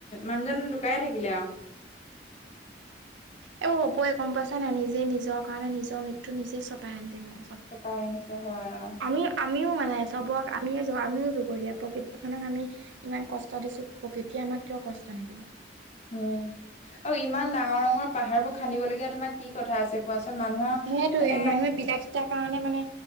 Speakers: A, on the left (about 35°); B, on the right (about 85°).
A: মানুহজন ধুকাই থাকিলে আৰু।
B: এই হ'বই গম পাইছ' নাই নিজে নিজৰ কাৰণে নিজৰ মৃত্যু নিজে চপাই আনিলি মানে
A: কপাই আহিছে হয় অ',
B: আমি আমিও মানে চবৰ আমিয়ে আমিও জগৰীয়া প্ৰকৃতিখনক আমি ইমান কষ্ট দিছো প্ৰকৃতিয়ে আমাক কিয় কষ্ট নিদিব।
A: উম, আৰু ইমান ডাঙৰ ডাঙৰ পাহাৰ বোৰ খান্দিবলগীয়া তোমাৰ কি কথা আছে। কোৱাচোন মানুহৰ
B: সেইটোৱে
A: মানে
B: মানুহে বিলাসিতাৰ কাৰণে মানে